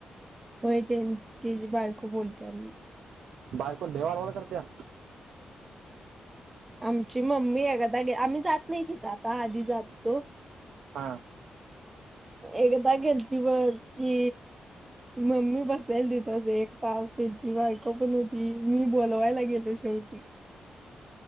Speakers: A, on the right; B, on the right.
A: होय ते तेजी बायको बोलत्या लई.
B: बायको लै बाडबाड करत्या.
A: आमची मम्मी एखादा आम्ही जात नाही तिथं आता आधी जात होतो.
B: हा.
A: एकदा गेलती बग ती मम्मी बसलेली तिथच एक तास त्यांची बायको पण हुती मी बोलवायला गेलो शेवटी